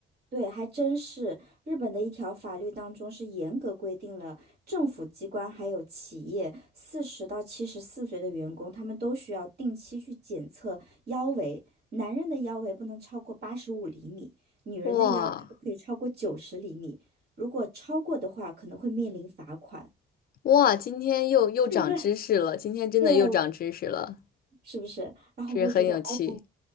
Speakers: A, on the right (about 55°); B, on the left (about 50°).
A: 对，还真是。日本的一条法律当中是严格规定了政府机关还有企业四十到七十四岁的员工，他们都需要定期去检测腰围。男人的腰围不能超过八十五厘米，女人的腰围不可以超过九十厘米。
B: 哇
A: 如果超过的话，可能会面临罚款。
B: 哇，今天又又长知识了，
A: <laughs>
B: 今天真的又长知识了，
A: 对，是不是？然后我会觉得，
B: 是很有趣。
A: 哦，